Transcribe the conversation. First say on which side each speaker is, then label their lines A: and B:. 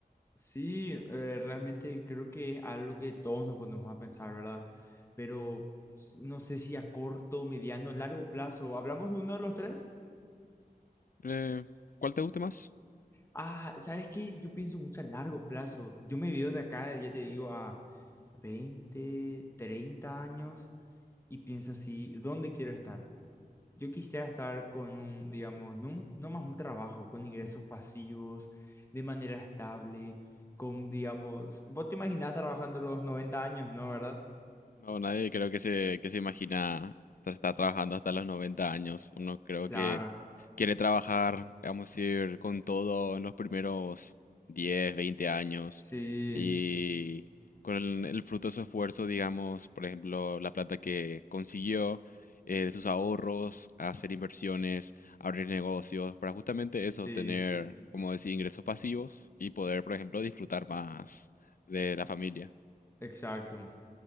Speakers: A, on the left; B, on the left.
A: Sí, eh, realmente creo que es algo que todos nos ponemos a pensar, ¿verdad? Pero s- no sé si a corto, mediano, largo plazo. ¿Hablamos de uno de los tres?
B: Eh, ¿cuál te guste más?
A: Ah, ¿sabes qué? Yo pienso mucho a largo plazo. Yo me veo de acá, ya te digo, a 20, 30 años y pienso así, ¿dónde quiero estar? Yo quisiera estar con un, digamos, no, un- no más un trabajo, con ingresos pasivos, de manera estable, con, digamos, vos te imaginás trabajando a los 90 años, ¿no? ¿Verdad?
B: No, nadie creo que se, que se imagina tra- estar trabajando hasta los 90 años. Uno creo
A: Claro,
B: que quiere trabajar, vamos a decir, con todo en los primeros 10 20 años
A: sí,
B: y con el, el fruto de su esfuerzo, digamos, por ejemplo, la plata que consiguió, eh, de sus ahorros, hacer inversiones, abrir negocios, para justamente eso,
A: sí,
B: tener, como decir, ingresos pasivos y poder, por ejemplo, disfrutar más de la familia.
A: exacto.